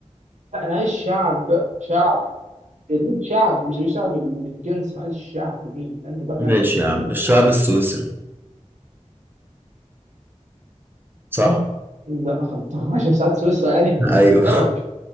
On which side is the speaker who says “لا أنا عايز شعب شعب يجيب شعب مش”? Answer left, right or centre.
Right